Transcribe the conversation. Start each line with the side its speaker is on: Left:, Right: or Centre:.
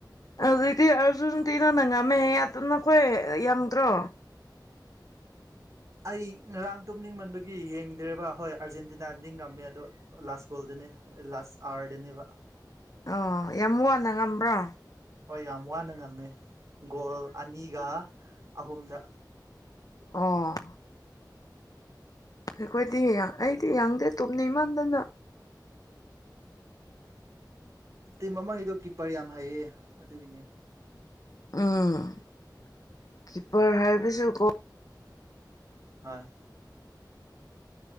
Left: ꯑꯖꯤꯛꯇꯤ ꯑꯥꯔꯖꯨꯟꯇꯤꯅꯥꯅ ꯉꯝꯃꯦ ꯍꯥꯏꯌꯦ ꯑꯗꯨ ꯅꯈꯣꯏ ꯌꯡꯗ꯭ꯔꯣ
Right: ꯑꯩ ꯉꯔꯥꯡ ꯇꯨꯝꯅꯤꯡꯃꯟꯕꯒꯤ ꯌꯦꯡꯗ꯭ꯔꯦꯕ ꯍꯣꯏ ꯑꯥꯔꯖꯦꯟꯇꯤꯅꯥꯗꯤ ꯉꯝꯃꯦ ꯑꯗꯣ ꯂꯥꯁ ꯒꯣꯜꯗꯅꯤ ꯂꯥꯁ ꯑꯋꯥꯔꯗꯅꯦꯕ
Left: ꯑꯣ ꯌꯥꯝ ꯋꯥꯅ ꯉꯝꯕ꯭ꯔꯣ
Right: ꯍꯣꯏ ꯌꯥꯝ ꯋꯥꯅ ꯉꯝꯃꯦ ꯒꯣꯜ ꯑꯅꯤꯒ ꯑꯍꯨꯝꯗ
Left: ꯑꯣ ꯑꯩꯈꯣꯏꯗꯤ ꯑꯩꯗꯤ ꯌꯥꯡꯗꯦ ꯇꯨꯝꯅꯤꯡꯃꯟꯗꯅ
Right: ꯇꯤꯝ ꯑꯃꯒꯤꯗꯣ ꯀꯤꯞꯄ꯭ꯔ ꯌꯥꯝ ꯍꯩꯌꯦ ꯑꯗꯨꯒꯤꯅꯦ
Left: ꯎꯝ ꯀꯤꯄ꯭ꯔ ꯍꯥꯏꯕꯖꯨ ꯒꯣꯜ
Right: ꯍꯣꯏ